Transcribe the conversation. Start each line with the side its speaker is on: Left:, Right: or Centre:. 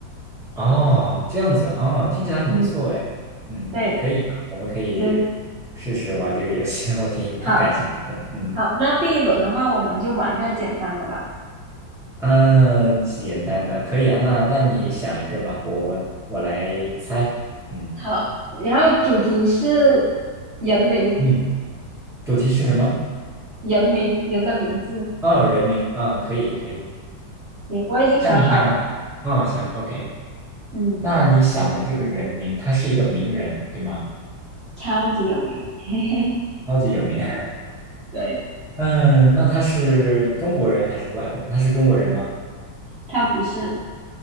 Centre: 哦，这样子，哦，听起来很不错哎。
Right: 嗯，
Centre: 嗯嗯，
Right: 对，
Centre: 可以啊，我们可以
Right: 行，
Centre: 试试玩这个游戏，<laughs> 我挺挺感兴趣的。
Right: 好，
Centre: 嗯
Right: 好，那第一轮的话，我们就玩一个简单的吧。
Centre: 嗯，呃简单的，可以啊。那那你想一个吧，我我我来猜。嗯
Right: 好，然后主题是人名，
Centre: 嗯，主题是什么？
Right: 人名，人的名字。
Centre: 哦，人名啊，可以可以。
Right: 行，我已经想好了，
Centre: 那你想，哦，想，OK。
Right: 嗯，
Centre: 那你想的这个人名，他是一个名人，对吗？
Right: 超级有名，<laughs> 嘿嘿，
Centre: 超级有名。<laughs>
Right: 对，
Centre: 嗯，那他是中国人还是外国人？他是中国人吗？
Right: 他不是，